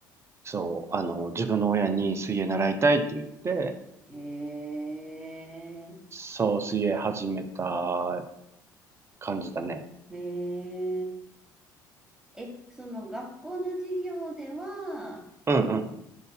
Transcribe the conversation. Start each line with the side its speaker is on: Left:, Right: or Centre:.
Right: そう、あの、自分の親に水泳習いたいって言って、
Centre: ええ
Right: そう、水泳始めた感じだね。
Centre: えええ、その学校の授業では、
Right: うんうん。